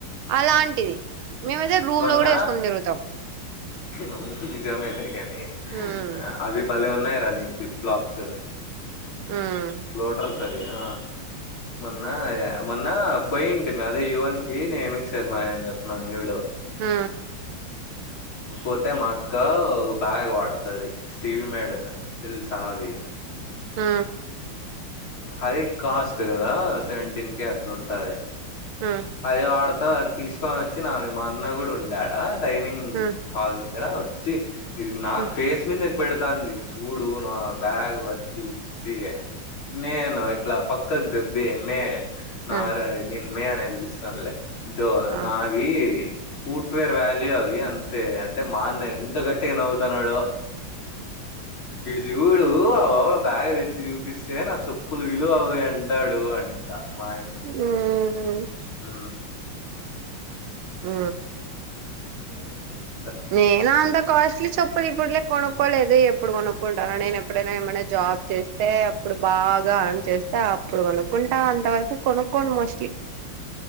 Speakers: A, on the right (about 75°); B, on the left (about 70°).
A: అలాంటిది మేమైతే రూం
B: మొన్న
A: లో కూడా వేసుకొని తిరుగుతాం
B: అవును నిజమేలే కానీ
A: మ్మ్
B: అది భలే ఉన్నాయి రా నీ ఫ్లీప్ ఫ్లాప్స్
A: మ్మ్
B: లోటర్స్ అది ఆ మొన్న మొన్న పోయింటి అదే యువన్ కి నేను శర్మ అని చెప్పిన్నాను జూడు
A: ఆ
B: పోతే మా అక్క ఒక బ్యాగ్ వాడుతది స్టీవీ మేడిన్ తెలిసా అది
A: ఆ
B: అది కాస్ట్ కదా సెవెంటీన్ కే అట్లా ఉంటది
A: ఆ
B: అది వాడతా అది తీసుకొని వచ్చి నాది మా అన్న కూడా ఉండే ఆడ డైనింగ్
A: మ్మ్
B: హాల్ దగ్గర వచ్చి ఇది నాకు
A: మ్మ్
B: ఫేస్ మీదకు పెడతాంది చూడు నా బ్యాగ్ అది ఇది తీ నేను ఇట్లా ప క్కగ్ దొబ్బి మే నార
A: మ్మ్
B: నిన్ మే అనే పిలుస్తాన్లే
A: ఆ ఆ
B: అవి ఫూట్వేర్ వ్యాల్యూ అవి అంతే అంటే మాన్న ఎంత గట్టి గా నవ్వుతాన్నాడో చూడు ఆ బ్యాగ్ తెచ్చి చూపిస్తే నా చెప్పులు విలువ అవవి అంటాడు అడి మా
A: ఉ
B: ఆ
A: ఆ
B: ఉ
A: నేను అంతా కాస్లి చెప్పులు ఎప్పులే కొనుక్కోలేదు ఎప్పుడు కొనుక్కుంటారా నేను ఎప్పుడైనా ఏమైనా జాబ్ చేస్తే అప్పుడు బాగా అర్న్ చేస్త అప్పుడు కొనుక్కుంటా అంత వరకు కొనుక్కోను మోస్ట్లీ